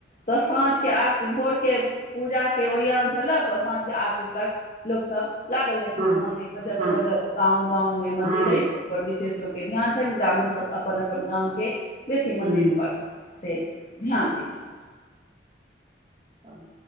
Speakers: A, on the left; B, on the right.
A: तऽ साँझके आरती भोरके पूजाके ओरियानसँ लऽ कऽ साँझके आरती तक लोक सब लागल अछि
B: हँ
A: हर मंदिर मे जगह
B: हँ
A: जगह गाँव गाँव मे मंदिर
B: हँ
A: अछि पर विशेष लोकके ध्यान छनि ग्रामीणसभ अपन अपन गामके बेसी
B: हँ
A: मन्दिर पर से ध्यान दै छथि
B: आओर